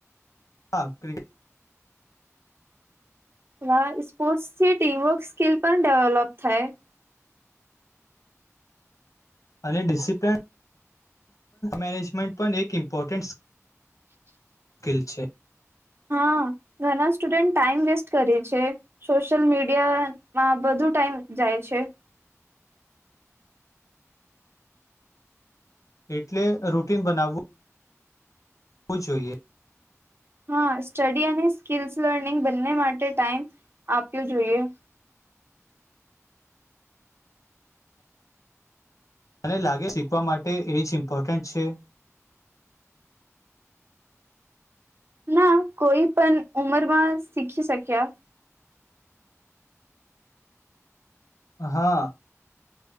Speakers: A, on the left; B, on the right.
A: હા ક્રિકેટ.
B: હ સ્પોર્ટ્સથી ટીમવર્ક સ્કીિલ પણ ડેવલોપ થાય.
A: અને ડિસિપ્લન મેનેજમેન્ટ પણ એક ઇમ્પોર્ટન્ટ
B: <unintelligible>
A: મુશ્કેલ છે.
B: હા ઘણા સ્ટુડન્ટ ટાઈમ વેસ્ટ કરે છે સોશિયલ મીડિયામાં બધું ટાઈમ જાય છે.
A: એટલે રૂટિન બનાવવું. હો જોઈએ.
B: હા સ્ટડી અને સ્કીલ્સ લર્નિંગ બંને માટે ટાઈમ આપ્યો જોઈએ.
A: મને લાગે શીખવા માટે એ જ ઇમ્પોર્ટન્ટ છે.
B: ના કોઈ પણ ઉંમરમાં શીખી શક્યા.
A: હા